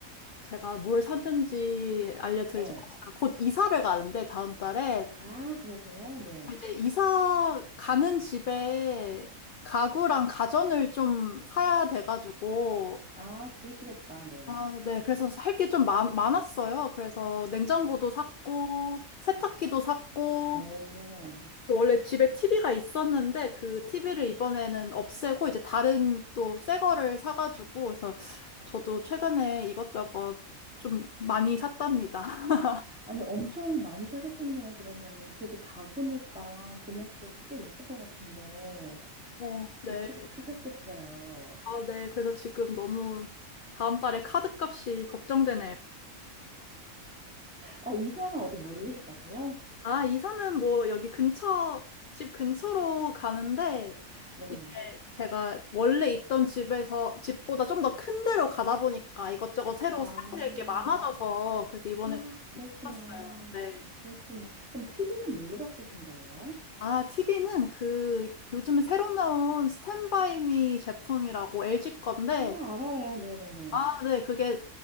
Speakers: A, on the left; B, in the centre.
A: 제가 뭘 샀는지 알려드리자면,
B: 네.
A: 제가 곧 이사를 가는데, 다음 달에.
B: 아, 그러세요? 네.
A: 이제 이사 가는 집에 가구랑 가전을 좀 사야 돼가지고,
B: 아, 그러시겠다. 네.
A: 아, 네. 그래서 할 게 좀 많았어요. 그래서 냉장고도 샀고, 세탁기도 샀고,
B: 오.
A: 원래 집에 TV가 있었는데 그 TV를 이번에는 없애고 이제 다른 또 새 거를 사가지고 그래서 저도 최근에 이것저것 좀 많이 샀답니다. <laughs>
B: 아니, 엄청 많이 사셨겠네요, 그러면은. 그래도 가구니까 금액대도 꽤 있을 것 같은데,
A: 어,
B: 지출이
A: 네.
B: 크셨겠어요.
A: 아, 네. 그래서 지금 너무 다음 달에 카드 값이 걱정되네요.
B: 어, 이사는 어디 멀리로 가세요?
A: 아, 이사는 뭐 여기 근처, 집 근처로 가는데,
B: 네.
A: 이게 제가 원래 있던 집에서, 집보다 좀 더 큰 데로 가다 보니까 이것저것 새로
B: 아,
A: 사야 될 게 많아져서, 그래서 이번에
B: 헉, 그렇구나.
A: 샀어요. 네.
B: 그렇구나. 그럼 TV는 뭘로 바꾸신 거예요?
A: 아, TV는 그 요즘에 새로 나온 스탠바이미 제품이라고 LG 건데,
B: 아, 알아요. 네네네.
A: 아, 네, 그게